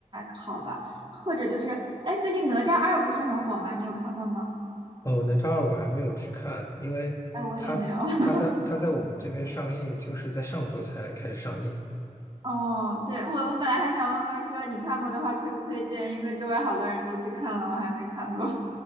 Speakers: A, on the right; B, on the left.
A: 好吧，或者就是，哎，最近哪吒二不是很火吗？你有看过吗？
B: 哦，哪吒二我还没有去看，因为它它在它在我们这边上映，
A: 哎，我也没有。<laughs>
B: 就是在上周才开始上映。
A: 哦，对，我我本来还想问问说你看过的话推不推荐，因为周围好多人都去看了，我还没看过。